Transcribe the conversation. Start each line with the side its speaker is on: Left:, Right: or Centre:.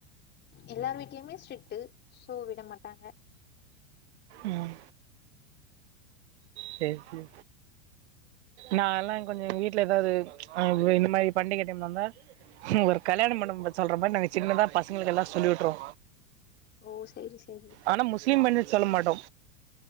Left: எல்லாரு வீட்லயுமே ஸ்ட்ரிக்ட் சோ விட மாட்டாங்க
Right: உம் செரி செரி நால்லா கொஞ்சோ வீட்ல ஏதாவது இந்த மாரி பண்டிக டைம்ல இருந்தா ஒரு கல்யாண மண்டபம் சொல்ற மாரி நாங்க சின்னதா பசங்களுக்கு எல்லா சொல்லி விட்றுவோ
Left: ஓ சேரி சேரி
Right: ஆனா முஸ்லிம் பன்டிகைக்கு சொல்ல மாட்டோ